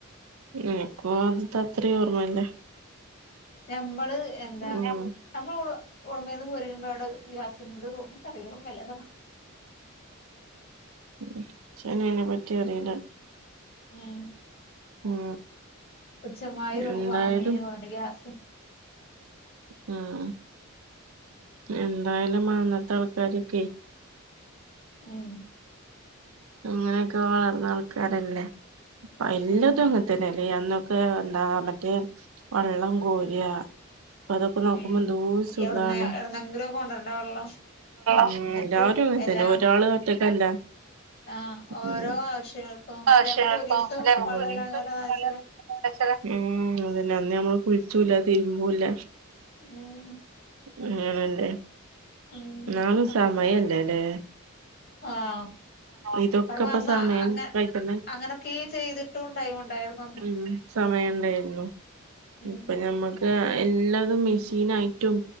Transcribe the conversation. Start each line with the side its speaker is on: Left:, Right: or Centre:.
Right: ൻക്കും ആദ്യത്തത്രേം ഓർമ്മല്ല
Left: ഞമ്മള് എന്താ
Right: ഉം
Left: ഞമ്മള് ഉടമ്പേന്ന് പോരുമ്പോ അവടെ ഗ്യാസ്ണ്ട് തോന്ന്ണ് ക്കറീല ഓർമല്ലതൊന്നും
Right: ഇച്ചാണെ അയ്നെ പറ്റി അറീല
Left: ഉം
Right: ഉം
Left: ഉച്ഛമായി
Right: എന്തായാലും
Left: വാങ്ങന് തോന്നല് ഗ്യാസ്
Right: ഉം എന്തായാലും അന്നത്തെ ആൾക്കാരൊക്കെ
Left: ഉം
Right: അങ്ങനെയൊക്കെ വളർന്ന ആൾക്കാരല്ലേ എല്ലതും
Left: ഉം
Right: അങ്ങെ തന്നെ അന്നൊക്കെ എന്താ മറ്റേ വെള്ളം കോരിയാ അപ്പൊ അതൊക്കെ നോക്കുമ്പോ
Left: ഉം
Right: എന്തൂ സുഖാണ്
Left: എവിട്ന്ന് എവിട്ന്നെങ്കിലും കൊണ്ടരണ്ടേ വെള്ളം
Right: ഉം
Left: എന്നിട്ട്
Right: എല്ലാരും അങ്ങനെത്തന്നെ
Left: എല്ലാ
Right: ഒരാള് ഒറ്റക്കല്ല
Left: ആഹ് ഓരോ
Right: ഉം
Left: ആവശ്യങ്ങൾക്കും
Right: ആവശ്യങ്ങൾക്കോ
Left: ല്ലേ നമുക്ക് ഒരീസം
Right: അല്ലെ നമുക്ക്
Left: വെള്ളംല്ലഞ
Right: ഒരീസം
Left: നഴച്ചക്കെ
Right: വെള്ളം ഇല്ലാതെ ഉം അതന്നെ അന്ന് നമ്മള് കുളിച്ചൂല്ല തിരുമ്പൂല്ല
Left: ഉം
Right: അങ്ങനല്ലേ
Left: ഉം
Right: ന്നാളും സമയല്ലേല്ലേ
Left: ആഹ്
Right: ഇതൊക്കെപ്പ
Left: അവാ അന്ന്
Right: സമയം
Left: അങ്ങ
Right: കഴിക്കണ്ട
Left: അങ്ങനൊക്കെയും ചെയ്തിട്ടും ടൈമ് ഉണ്ടായിരുന്നു അന്ന്
Right: ഉം സമയം ണ്ടായിരുന്നു
Left: ഉം
Right: ഇപ്പൊ ഞമ്മക്ക് എല്ലാതും മെഷീനായിട്ടും